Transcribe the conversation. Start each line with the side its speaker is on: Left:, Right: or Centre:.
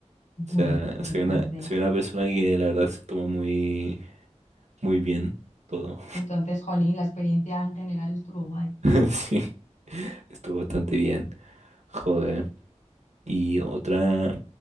Left: Bueno,
Right: O sea,
Left: pues
Right: soy
Left: entonces.
Right: una, soy una persona que la verdad se toma muy, muy bien todo.
Left: Entonces, Jolín, la experiencia en general estuvo guay.
Right: <laughs> Sí, estuvo bastante bien. Joder. Y otra,